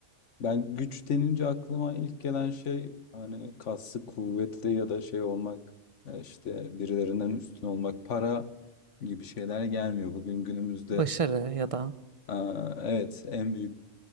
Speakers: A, on the left; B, on the right.
A: ben güç denince aklıma ilk gelen şey hani kaslı kuvvetli ya da şey olmak e, işte birilerinden üstün olmak para gibi şeyler gelmiyor. Bugün günümüzde
B: Başarı ya da.
A: Aa, evet en büyük